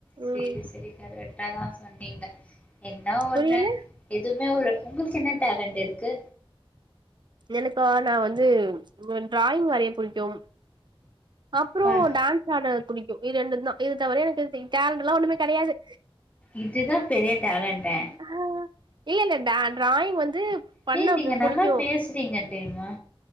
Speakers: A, on the left; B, on the right.
A: சேரி
B: ம்
A: சேரி கரெக்டாதா சொன்னீங்க என்ன ஒன்னு
B: புரியல
A: எதுமே ஒரு உங்களுக் என்ன டேலண்ட் இருக்கு
B: எனக்கா நா வந்து வ டிராயிங் வரைய புடிக்கும் அப்புறோ
A: ப்பா
B: டான்ஸ் ஆட பிடிக்கு இது ரெண்டுதா இது தவிர எனக்கு டேலண்ட்லா ஒன்னுமே கெடயாது
A: இதுதா பெரிய டேலண்டே
B: ஹா இல்லல்ல டா டிராயிங் வந்து பண்ண
A: டீ நீங்க
B: பு புடிக்கு
A: நல்லா பேசுறீங்க தெரிமா